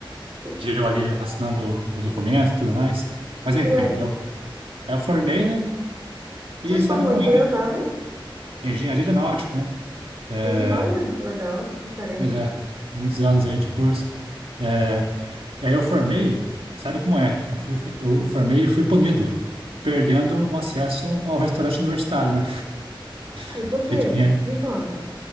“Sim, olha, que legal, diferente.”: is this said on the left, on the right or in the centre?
Right